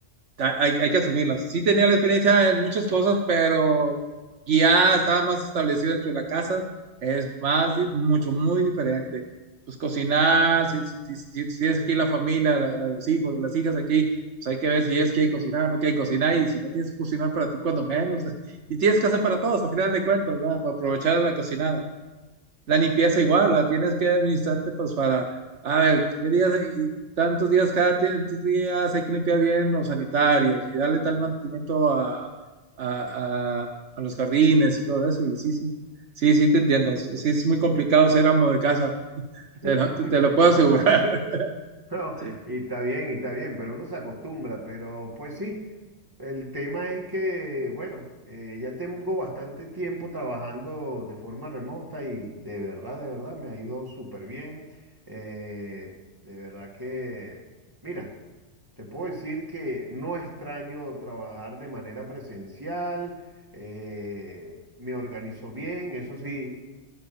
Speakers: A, on the right; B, on the right.
A: ta- hay, hay que asumirlas. Sí tenía la experiencia en muchas cosas, pero ya estaba más establecido dentro de la casa. Es más, di- mucho, muy diferente. Pues cocinar, si, si- si- si- si tienes aquí la familia, la- los hijos, las hijas aquí, pues hay que ver si ellas quieren cocinar o no quieren cocinar. Y si no tienes que cocinar para ti, cuando menos. <laughs> Y tienes que hacer para todos, a final de cuentas, ¿verdad? Para aprovechar la cocinada la limpieza igual, la tienes que administrarte pues para, a ver, qué días, y tantos días cada tantos días hay que limpiar bien los sanitarios y darle tal mantenimiento a, a, a- a los jardines y todo eso. Y sí, sí, sí, sí te entiendo. Sí es muy complicado ser amo de casa,
B: <laughs>
A: te lo, te- te lo puedo asegurar. <laughs>
B: No,
A: Sí.
B: y está bien, y está bien, pero uno se acostumbra, pero pues sí, El tema es que, bueno, eh, ya tengo bastante tiempo trabajando de forma remota y de verdad, de verdad me ha ido súper bien. Eh, de verdad que, mira, te puedo decir que no extraño trabajar de manera presencial, eh, me organizo bien, eso sí,